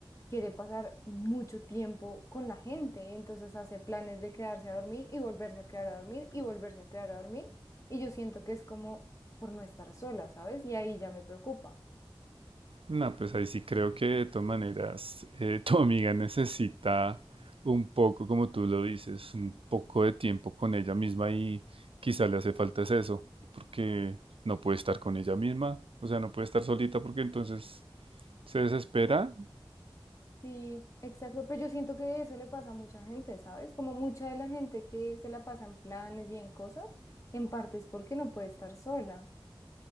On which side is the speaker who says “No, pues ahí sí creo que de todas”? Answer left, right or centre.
Right